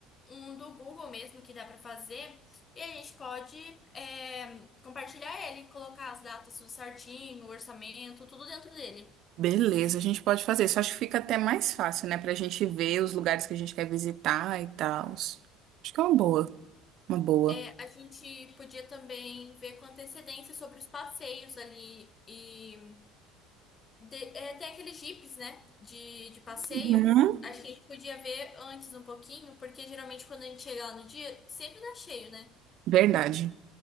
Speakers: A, on the left (about 30°); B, on the right (about 60°).
A: um do Google mesmo que dá para fazer, e a gente pode é, compartilhar ele, colocar as datas tudo certinho, o orçamento, tudo dentro dele.
B: Beleza, a gente pode fazer isso. Acho que fica até mais fácil, né? Pra gente ver os lugares que a gente quer visitar e tal. Acho que é uma boa. Uma boa.
A: É, a gente podia também ver com antecedência sobre os passeios ali e de- é, tem aqueles jipes, né, de, de passeio.
B: Uhum.
A: Acho que a gente podia ver antes um pouquinho, porque geralmente quando a gente chega lá no dia, sempre dá cheio, né?
B: Verdade.